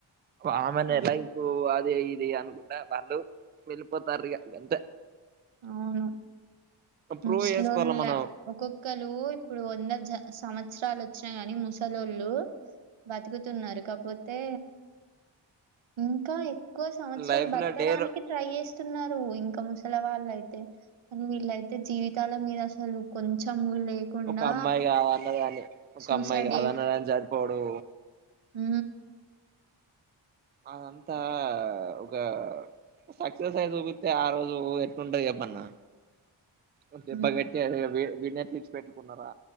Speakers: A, on the right; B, on the right.
A: ఆ మనేలైఫ
B: హ్మ్.
A: ఇద ఇది అనుకుంటడా వాళ్ళు వెళ్ళిపోతారు ఇక ఎంత
B: అవును
A: ప్రూవ్
B: ముస్లిల
A: చేసుకోవాల మనం
B: ఒక్కొక్కళ ఇప్పుడు వంద జ సంవత్సరాలు వచ్చినా ని ముసలళ్ళు బతుకుతున్నారు కాకపోతే ఇంకా ఎక్కువ సంవత్సరాలు
A: లైఫ్
B: బతకడానికి
A: లో డేర్
B: ట్రై చేస్తున్నారు ఇంకా ము సలవా యితే కానీ వీళ్ళయితే జీవితాల మీద అసలు కొంచెం కూడా లేకుండా
A: ఒక అమ్మాయి కాదన్న కాని ఒక
B: సూసైడ్
A: అమ్మాయి కాదన్నదని సడిపోడు
B: హ
A: అదంతా ఒక సక్సెస్ అయి చూపితే ఆ రోజు ఎట్ంటది చెప్పన్నా ఒక
B: హ్మ్.
A: బగట్ట వ వీన్నే తీర్చి పెెట్టుకున్నారా